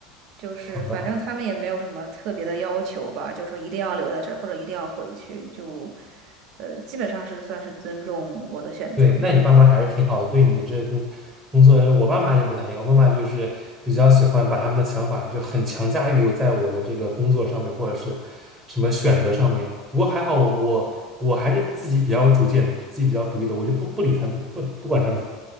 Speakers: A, on the right; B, on the right.
A: 就是反正他们也没有什么特别的要求吧，
B: 好的。
A: 就是说一定要留在这儿或者一定要回去，就呃，基本上是算是尊重我的选择吧。
B: 对，那你爸妈还是挺好的，对你的这个工工作，我爸妈就不太一样，我爸妈就是比较喜欢把他们的想法就很强加于在我的这个工作上面，或者是什么选择上面。不过还好我，我还是自己比较有主见，自己比较独立的，我就不不理他们，不不管他们，